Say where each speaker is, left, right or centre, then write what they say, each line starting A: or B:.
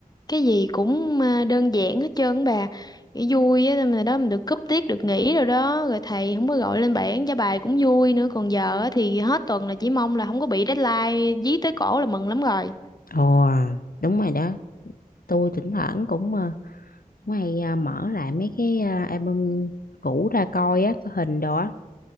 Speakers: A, on the left; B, on the left.
A: cái gì cũng à, đơn giản hết trơn á bà. Cái vui á mà đó mình được cúp tiết được nghỉ rồi đó, rồi thầy không có gọi lên bảng trả bài cũng vui nữa. Còn giờ á thì hết tuần là chỉ mong là không có bị deadline dí tới cổ là mừng lắm rồi.
B: ồ đúng rồi đó tôi thỉnh thoảng cũng ờ, Mày à, mở lại mấy cái à, album cũ ra coi á, có hình đồ á,